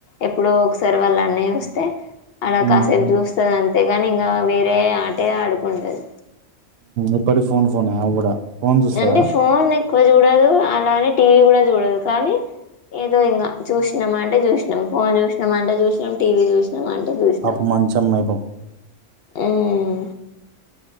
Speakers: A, on the left; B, on the right.
A: ఎప్పుడో ఒకసారి వాళ్ళు అన్నయ్య వస్తే అలా
B: ఉమ్,
A: కాసేపు చూస్తుది అంతేగాని ఇంకా వేరే ఆటే ఆడుకుంటది
B: ఇప్పటి ఫోన్ ఫోన్ అ కూడా ఫోన్ చూస్తదా
A: అంటే ఫోన్ ఎక్కువ చూడదు అలానే టీవీ కూడా చూడదు కానీ ఏదో ఇంకా చూసినం అంటే చూసినాం ఫోన్ చూసినాం అంటే చూసినాం టీవీ చూసినాం అంటే చూసినాం
B: అపు మంచం మైపం
A: ఉమ్